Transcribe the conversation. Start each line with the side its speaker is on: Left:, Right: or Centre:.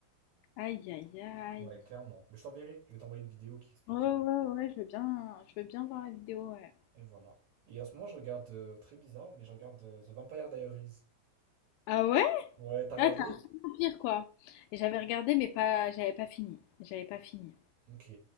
Left: aïe, aïe, aïe.
Right: Ouais, clairement. Mais je t'enverrai, je vais t'envoyer une vidéo qui explique.
Left: Ouais, ouais, ouais, je veux bien, je veux bien voir la vidéo, ouais.
Right: Et voilà. Et en ce moment, je regarde, euh, très bizarre, mais je regarde euh, The Vampire Diaries.
Left: Ah ouais?
Right: Ouais, t'as regardé?
Left: Ah, t'as vampire, quoi. Et j'avais regardé, mais pas, j'avais pas fini. J'avais pas fini.
Right: Ok.